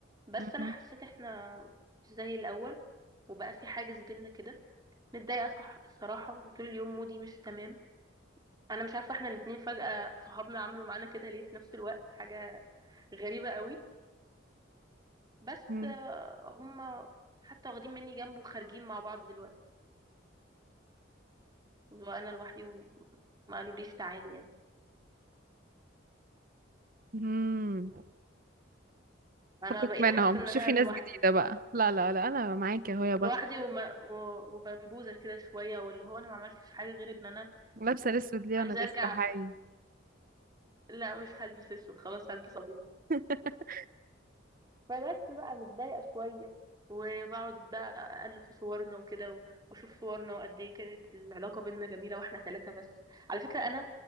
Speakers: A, on the right; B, on the right.
A: بس
B: مهم.
A: انا حسيت احنا مش زي الاول وبقى في حاجز بينا كده متضايقة صح- الصراحة وطول اليوم مودي مش تمام انا مش عارفة احنا الاتنين فجأة صحابنا عملوا معانا كده ليه في نفس الوقت حاجة غريبة قوي بس
B: مم.
A: آه، هم حتى واخدين مني جنب وخارجين مع بعض دلوقتي وانا لوحدي وم- ما قالوليش تعالي يعني
B: امم
A: انا
B: فكك
A: بقيت
B: منهم
A: حاسه ان
B: شوفي
A: انا لوحدي
B: ناس جديدة بقى لا لا لا انا معاكي اهو يا
A: لوحدي
B: بط
A: وما و- وبنبوزه كده شويه واللي هو انا ما عملتش حاجه غير ان انا
B: لابسة الاسود ليه
A: عايزه
B: وانا لسه
A: ارجع
B: حي
A: لا مش هلبس اسود خلاص هلبس ابيض
B: <laughs>
A: فبس بقى متضايقه شويه وبقعد بقى ألف في صورنا وكده و- وأشوف صورنا وقد إيه كانت العلاقة بينا جميلة وإحنا ثلاثة بس على فكرة أنا